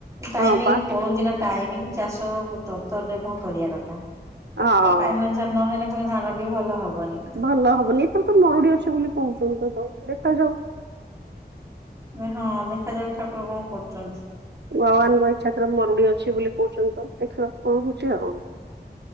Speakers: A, on the right; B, on the right.
A: ଟାଇମି
B: ହଁ ପା
A: ପଳଉଛି ନା ଟାଇମି ଚାଷ ତର ତରରେ ଭ କରିବା କଥା। ତା
B: ହଁ।
A: ଟାଇମି ଅନୁସାରେ ନହେଲେ ପୁଣି ଧାନ ବି ଭଲ ହବନି।
B: ଭଲ ହବନି, ଏଥର ତ ମରୁଡି ଅଛି ବୋଲି କହୁଛନ୍ତିୁ ତ ଦେଖାଯାଉ।
A: ଏ ହଁ ଦେଖାଯାଉ, ଠାକୁର କଣ କରୁଛନ୍ତି?
B: ଭଗବାନଙ୍କ ଇଛା ର ମରୁଡି ଅଛି ବୋଲି କହୁଛନ୍ତି ତ, ଦେଖିବା କଣ ହଉଛି ଆଉ।